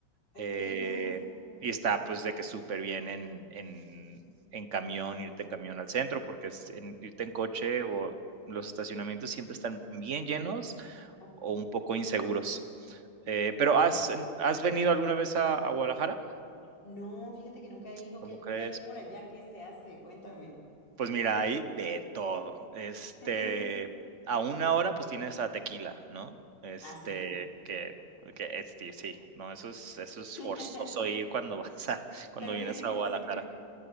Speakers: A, on the left; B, on the right.
A: Ok,
B: eh,
A: nice.
B: y está, pues, de que súper bien en en en camión, irte en camión al centro, porque es en irte en coche o los estacionamientos siempre están bien llenos
A: ¿A poco?
B: o un poco inseguros. Eh,
A: Oh.
B: pero ¿has, ¿has venido alguna vez a, a Guadalajara?
A: No, fíjate que nunca he ido.
B: ¿Cómo
A: ¿Qué, hay-
B: crees?
A: qué hay por allá? ¿Qué se hace? Cuéntame.
B: Pues mira, hay de todo. Este,
A: <laughs>
B: a una hora pues tienes a Tequila, ¿no? Este,
A: Ah, sí, tip.
B: que, que este, sí, sí, no, eso es, eso es
A: <laughs>
B: forzoso ir cuando <laughs> vas a, cuando
A: Pero
B: vienes
A: fíjate
B: a
A: que
B: Guadalajara.
A: no sabía.